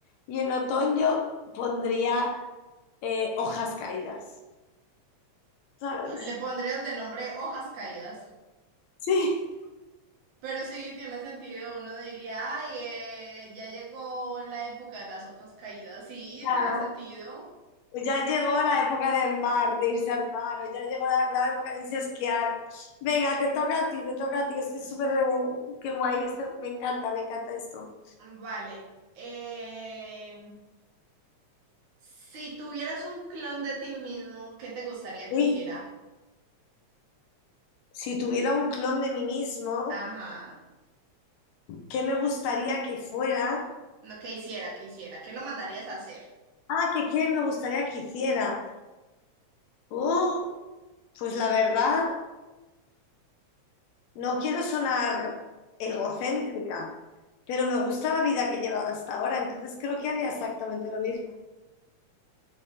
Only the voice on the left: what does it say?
y en otoño pondría eh, hojas caídas, ¿sabes?
Sí,
claro.
Pues ya llegó la época del mar, de irse al mar, o ya llegó la, la época de irse a esquiar. Venga, te toca a ti, te toca a ti. Estoy
súper, eh, qué guay, esto- me encanta, me encanta esto.
Uy,
si tuviera un clon de mí mismo,
¿qué me gustaría que fuera?
Ah, ¿qué, qué me gustaría que hiciera? Oh, pues la verdad, no quiero sonar egocéntrica, pero me gusta la vida que he llevado hasta ahora, entonces creo que haría exactamente lo mismo.